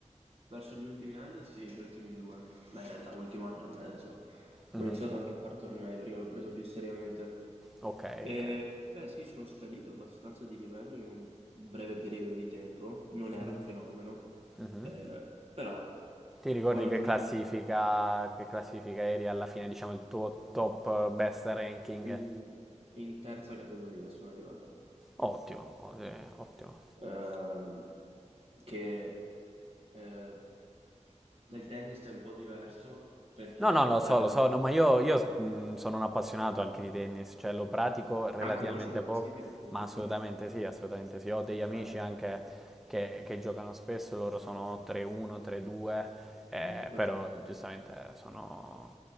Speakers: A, on the right; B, in the centre.
A: verso gli ultimi anni, sì, gli ultimi due. Beh, in realtà, ultimo anno e mezzo.
B: Mhm.
A: Ho iniziato anche a far tornei perché l'ho preso più seriamente.
B: Ok,
A: Eh,
B: ok.
A: beh, sì, sono salito abbastanza di livello in un breve periodo di tempo, non era
B: Mhm,
A: un fenomeno,
B: mhm.
A: eh, però
B: Ti ricordi
A: ho raggiunto
B: che classifica,
A: un-
B: che classifica eri alla fine, diciamo, il tuo top eh, best ranking?
A: in, in terza categoria, sono arrivato,
B: Ottimo, o- eh, ottimo.
A: Ehm, che eh, nel tennis è un po' diverso perché
B: No, no, lo
A: dal...
B: so, lo so, no, ma io, io, mh, sono un appassionato anche di tennis, cioè lo pratico relativamente
A: Ah, conosci le classifiche,
B: poco,
A: come
B: ma
A: funzionano?
B: assolutamente sì, assolutamente sì. Ho degli amici
A: Ah,
B: anche
A: ecco, sì.
B: che, che giocano spesso, loro sono 3-1, 3-2, eh,
A: Ecco,
B: però
A: sì.
B: giustamente sono